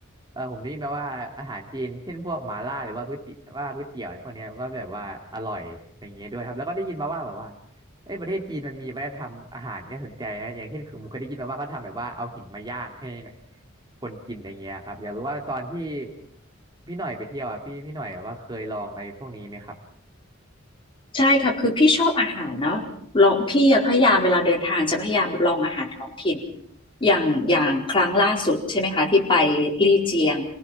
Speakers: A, on the right (about 20°); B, on the left (about 25°).
A: เออผมได้ยินมาว่าอาหารจีนเช่นพวกหม่าล่าหรือว่าก๋วยเตี๋ยวว่าก๋วยเตี๋ยวพวกเนี้ยก็แบบว่าอร่อยอย่างเงี้ยด้วยครับแล้วก็ได้ยินมาว่าแบบว่าเอ้ยประเทศจีนมันมีวัฒนธรรมอาหารที่น่าสนใจนะอย่างเช่นคือผมเคยได้ยินมาว่าเขาทำแบบว่าเอาหินมาย่างให้คนกินอย่างเงี้ยครับอยากรู้ว่าตอนที่พี่หน่อยไปเที่ยวอ่ะพี่พี่หน่อยแบบว่าเคยลองอะไรพวกนี้ไหมครับ
B: ใช่ครับคือพี่ชอบอาหารเนาะลองพี่อะพยายามเวลาเดินทางจะพยายามลองอาหารท้องถิ่นอย่างอย่างครั้งล่าสุดใช่ไหมคะที่ไปลี่เจียง